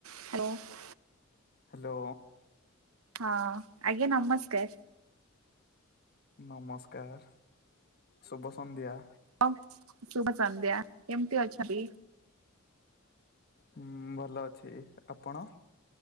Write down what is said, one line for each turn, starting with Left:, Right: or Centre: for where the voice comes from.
Right: <unintelligible>
Left: Hello.
Right: ହଁ ଆଜ୍ଞା ନମସ୍କାର।
Left: ନମସ୍କାର ଶୁଭ ସନ୍ଧ୍ୟା।
Right: ହ ଶୁଭ ସନ୍ଧ୍ୟା କେମିତି ଅଛନ୍ତି?
Left: ହୁଁ ଭଲ ଅଛି, ଆପଣ?